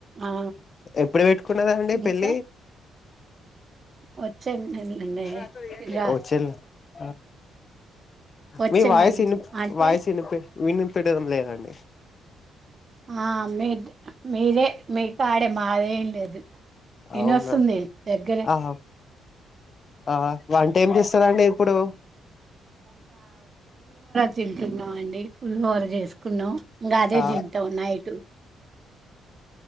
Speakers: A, on the right; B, on the left.
A: ఆ
B: ఎప్పుడు పెట్టుకున్నదా అండి పెళ్ళి
A: ఇంకా వచ్చే నెలనే
B: నాతో ఏందీ
A: ఇగ
B: రా ఓచిన్ ఆ
A: వచ్చే
B: మీ వాయిస్
A: నెల
B: ఇన్ ప్
A: అంటే
B: వాయిస్ ఇను పే విన్ వినబడడం లేదండి
A: ఆ మెద్ మీరే మీ కాడే మాదేం లేదు
B: అవునా
A: ఇనొస్తుంది దగ్గరే
B: ఆహా ఆ వంట ఏం చేస్ ఉంటది అండి ఇప్పుడు
A: తింటున్నా అండి పులిహోర చేసుకున్నాం ఇంకా అదే
B: ఆ
A: తింటా ఉన్న ఎటు